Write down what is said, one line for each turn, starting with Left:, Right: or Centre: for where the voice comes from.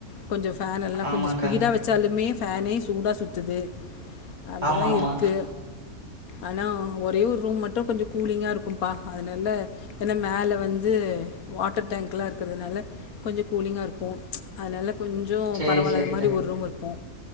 Left: கொஞ்சொ ஃபேன் எல்லா
Right: ஆமாக்கா
Left: கொஞ்சொ ஸ்பீடா வச்சாலுமே ஃபேனே சூடா சுத்துது அப்டிதா
Right: ஆமா ஆமா
Left: இருக்கு ஆனா ஒரே ஒரு ரூம் மட்டு கொஞ்சோ கூலிங்கா இருக்கும்ப்பா அதனால ஏன்னா மேல வந்து வாட்டர் டேங்க்லா இருக்கிறதுனால கொஞ்சோ கூலிங்கா இருக்கு அதனால கொஞ்சோ
Right: சேரி
Left: பரவாயில்லாத
Right: சேரிக்கா
Left: மாதிரி ஒரு ரூம் இருக்கு